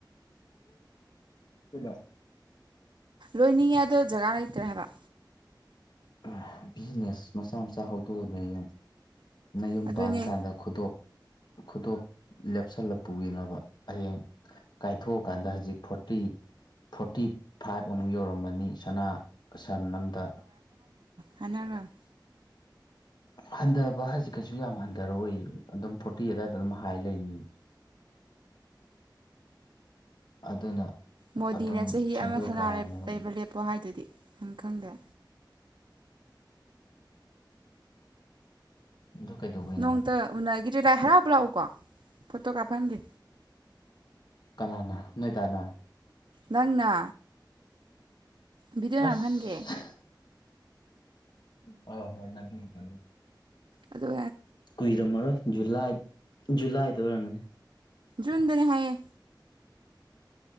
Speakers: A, on the left; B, on the right.
A: <unintelligible>
B: ꯂꯣꯏꯅꯤꯡꯉꯦ ꯑꯗꯣ ꯖꯒꯥ ꯂꯩꯇ꯭ꯔꯦ ꯍꯥꯏꯕ꯫
A: <unintelligible> ꯕꯤꯖꯤꯅꯦꯁ ꯃꯆꯥ ꯃꯆꯥ ꯍꯧꯗꯣꯛꯑꯅꯦꯌꯦ꯫ ꯅꯌꯨꯝ
B: ꯑꯗꯨꯅꯦ
A: ꯄꯥꯟ ꯀꯥꯟꯗ ꯈꯨꯗꯣꯞ ꯈꯨꯗꯣꯞ ꯂꯦꯞꯁꯜꯂ ꯄꯨꯒꯤꯅꯕ꯫ ꯍꯌꯦꯡ ꯀꯥꯏꯊꯣꯛꯑꯀꯥꯟꯗ ꯍꯧꯖꯤꯛ ꯐꯣꯔꯇꯤ ꯐꯣꯔꯇꯤ ꯐꯥꯏꯚ ꯑꯃꯨꯛ ꯌꯧꯔꯝꯃꯅꯤ ꯁꯅꯥ꯫ ꯑ ꯁꯟ ꯑꯝꯗ꯫
B: ꯍꯥꯏꯅꯒ꯭ꯔꯃꯤ꯫
A: ꯍꯟꯗꯕ ꯍꯥꯏꯖꯦ ꯀꯩꯁꯨ ꯌꯥꯝ ꯍꯟꯊꯔꯛꯑꯣꯏ ꯑꯗꯨꯝ ꯐꯣꯔꯇꯤ ꯑꯗꯨꯏꯗ ꯑꯗꯨꯝ ꯍꯥꯏ ꯂꯩꯅꯤ ꯑꯗꯨꯅ꯫
B: ꯃꯣꯗꯤꯅ
A: ꯑꯗꯨꯝ
B: ꯆꯍꯤ
A: ꯁꯦꯟꯗꯣꯏ
B: ꯑꯃ ꯊꯅꯥ
A: ꯀꯥꯕꯅꯦꯕ
B: ꯂꯩꯕ ꯂꯦꯞꯄꯣ ꯍꯥꯏꯗꯨꯗꯤ ꯏꯪꯈꯥꯡꯗ
A: ꯑꯗꯨ ꯀꯩꯗꯧꯕꯩꯅꯣ
B: ꯅꯣꯡꯇ ꯑꯣ ꯒꯤꯇꯦ ꯂꯥꯏ ꯍꯔꯥꯎꯕ ꯂꯥꯛꯎꯀꯣ ꯐꯣꯇꯣ ꯀꯥꯞꯍꯟꯒꯦ
A: ꯀꯅꯥꯅ ꯅꯣꯏꯗꯅ
B: ꯅꯪꯅ ꯚꯤꯗꯤꯑꯣ
A: ꯑꯁ
B: ꯅꯝꯍꯟꯒꯦ
A: ꯍ ꯍ ꯅꯅꯤ ꯀꯅꯤ
B: ꯑꯗꯨ
A: ꯀꯨꯏꯔꯝꯃꯔꯣꯏ ꯖꯨꯂꯥꯏ ꯖꯨꯂꯥꯏꯗ ꯑꯣꯏꯔꯝꯒꯅꯤ
B: ꯣꯟꯗꯅ ꯍꯥꯏꯌꯦ